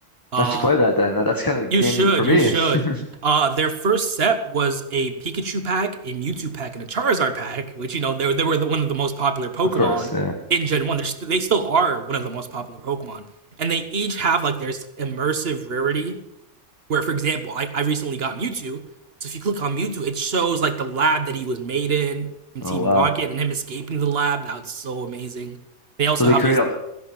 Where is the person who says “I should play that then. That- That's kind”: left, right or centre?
Left